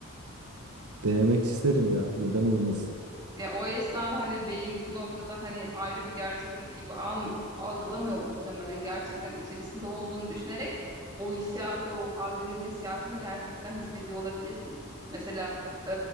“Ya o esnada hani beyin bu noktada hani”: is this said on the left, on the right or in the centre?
Right